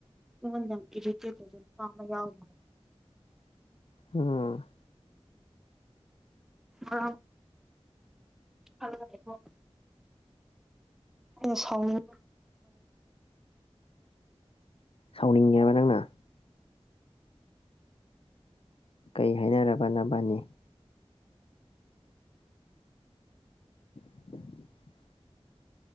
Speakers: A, in the centre; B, on the left.
A: ꯏ ꯅ ꯏꯔꯇ ꯄꯖꯜ ꯄꯥꯃ ꯌꯥꯎꯣ
B: ꯎꯝ
A: ꯑ ꯍꯂꯣ ꯑꯩꯅ ꯁꯥꯎꯅꯤꯡ
B: ꯁꯥꯎꯅꯤꯡꯉꯦ ꯍꯥꯏꯕ ꯅꯪꯅ ꯀꯩ ꯍꯥꯏꯅꯔꯕꯅꯕꯅꯤ <unintelligible>